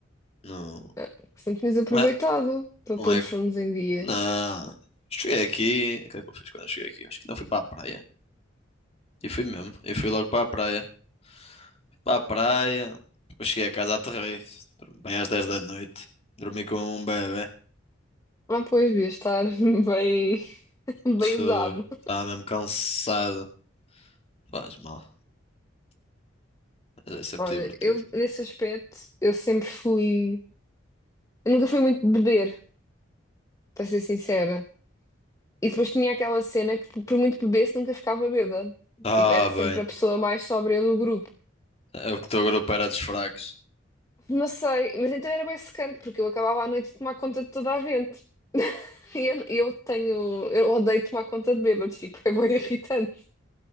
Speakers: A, on the left; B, on the left.
A: Não,
B: Ah, que Se não tinhas aproveitado
A: não é,
B: para
A: não
B: pôr
A: é
B: os fones em dia.
A: Não, cheguei aqui. O que é que eu fiz quando eu cheguei aqui? Acho que não fui para a praia. E fui mesmo. Eu fui logo para a praia. Fui para a praia. Depois cheguei a casa, aterrei. Dormi bem às 10 da noite. Dormi como um bebé.
B: Ah, pois, devia estar <laughs> bem, bem
A: Estava
B: usado.
A: mesmo cansado. Faz mal. Mas é sempre
B: Olha,
A: divertido.
B: eu nesse aspecto eu sempre fui. Eu nunca fui muito beber, para ser sincera. E depois tinha aquela cena que, por muito que bebesse, nunca ficava bêbada.
A: Ah,
B: Tipo, era sempre
A: bem.
B: a pessoa mais sóbria do grupo.
A: É o que estou agora para dos fracos.
B: Não sei, mas então era bem secante, porque eu acabava à noite de tomar conta de toda a gente. <laughs> E eu, eu tenho. Eu odeio tomar conta de bêbados, tipo, é bem irritante.